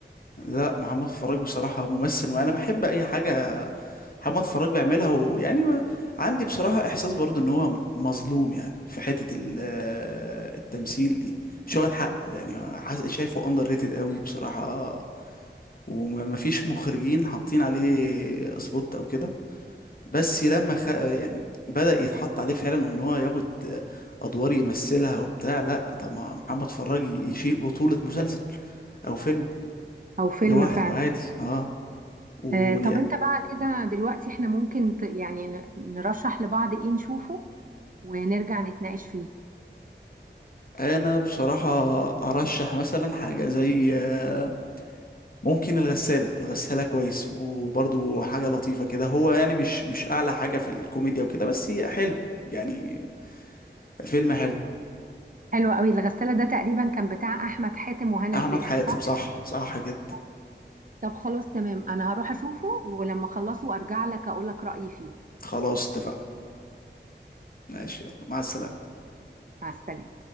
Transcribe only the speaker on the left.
لا محمد فراج بصراحة ممثل وأنا بحب أي حاجة محمد فراج بيعملها ويعني ما عندي بصراحة إحساس برضه إن هو مظلوم يعني في حتة ال- آه، التمثيل دي مش واخد حقه يعني حاسس- شايفه أندر ريتد قوي بصراحة ومفيش مخرجين حاطين عليه سبوت أو كده بس لما خ... آه، يعني بدأ يتحط عليه فعلا وإن هو ياخد آه، أدوار يمثلها وبتاع لأ طب ما محمد فراج يشيل بطولة مسلسل أو فيلم
لوحده
عادي اه و...
انا بصراحة ارشح مثلا حاجة زي آه، ممكن الغسالة الغسالة كويس وبرضو حاجة لطيفة كده هو يعني مش مش اعلى حاجة في الكوميديا وكده بس هي حلو يعني فيلم حلو
احمد
حاتم
صح صح جدا
خلاص اتفقنا ماشي يلا مع السلامة